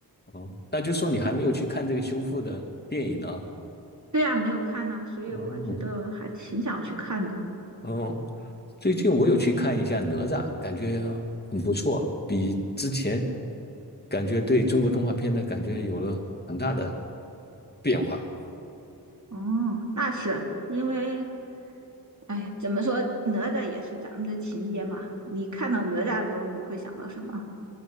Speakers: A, on the left (about 25°); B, on the right (about 45°).
A: 哦，那就说你还没有去看这个修复的电影呢？
B: 对啊，没有看呢、啊所以我觉得还挺想去看的。
A: 哦，哦，最近我有去看一下《哪吒》，感觉很不错，比之前感觉对中国动画片的感觉有了很大的变化。
B: 哦，那是因为，哎，怎么说，哪吒也是咱们的情节嘛。你看到哪吒的时候，你会想到什么？